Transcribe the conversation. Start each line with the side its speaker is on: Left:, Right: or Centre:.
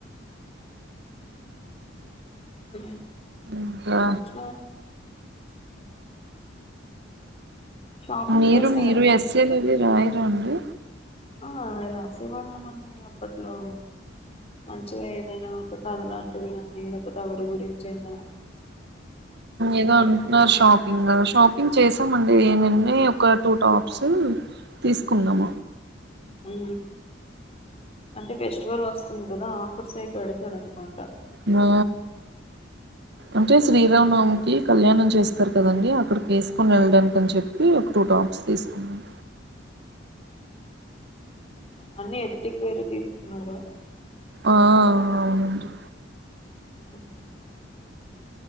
Left: అ
Right: ఇంకా
Left: అక్క షాపింగ్
Right: మీరు
Left: చేస్తారండి
Right: మీరు ఎస్సే లివి రాయ రెండు
Left: ఆ రాసేవాళ్ళమండి అప్పట్లో మంచిగా ఏదైనా ఒక కథలాంటివి కానీ లేకపోతే ఎవరి గురించయినా
Right: ఏదో అంటున్నారు
Left: మ్మ్
Right: షాపింగ షాపింగ్ చేసామండి నిన్నే ఒక టూ టాప్స్ తీసుకుందామ
Left: అ అంటే ఫెస్టివల్ వస్తుంది కదా కోర్స్ ఇడుతడు మాట
Right: మో అంటే శ్రీరామ్ నావమికిి కళ్యాణం చేస్తారు. కదండి అక్కడికి ఏసుకొని వెళ్ళడానికిని అని చెప్పి ఒక టూ టాప్స్ తీసుకున్నాను.
Left: అన్నీ ఎదుటికి పోరుది ఉన్నావ్ గాదా
Right: ఆ అవునండి
Left: అ